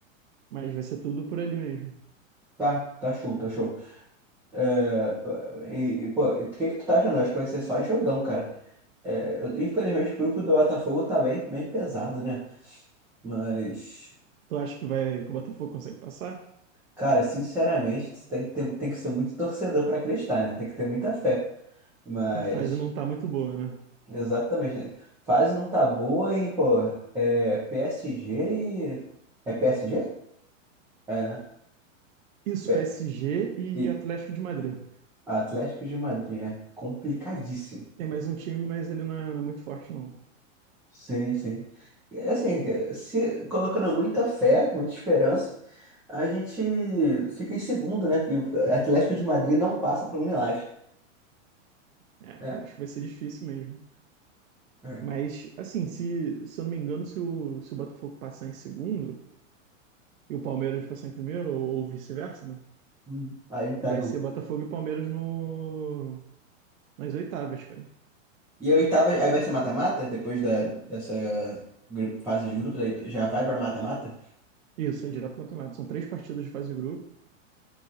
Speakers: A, on the right; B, in the centre.
A: mas vai ser tudo por ali mesmo.
B: Tá, tá show, tá show. É, e, e, pô, o que que tu tá achando? Eu acho que vai ser só jogão, cara. É, eu- infelizmente o grupo do Botafogo tá bem, bem pesado, né? Mas
A: Tu acha que vai que o Botafogo consegue passar?
B: Cara, sinceramente, tu tem, que ter- tem que ser muito torcedor pra acreditar, né? Tem que ter muita fé. Mas,
A: Que a fase não tá muito boa, né?
B: exatamente, né? Fase não tá boa e, pô, é PSG e. É PSG? É, né?
A: Isso,
B: É,
A: PSG e
B: E
A: Atlético de Madrid.
B: Atlético de Madrid é complicadíssimo.
A: Tem mais um time, mas ele não é, não é muito forte, não.
B: Sim, sim. E, Assim, se colocando muita fé, muita esperança, a gente fica em segundo, né? E o Atlético de Madrid não passa por um milagre,
A: É,
B: né?
A: cara, acho que vai ser difícil mesmo.
B: É.
A: Mas, assim, se, se eu não me engano, se o, se o Botafogo passar em segundo e o Palmeiras passar em primeiro, ou, ou vice-versa, né?
B: Hum. Aí ele pega
A: Vai ser
B: o
A: Botafogo e Palmeiras no, nas oitavas, cara.
B: E a oitava, aí vai ser mata-mata? Depois da, dessa gru- fase de grupos, aí já vai pra mata-mata?
A: Isso, é direto campeonato. São três partidas de fase de grupo.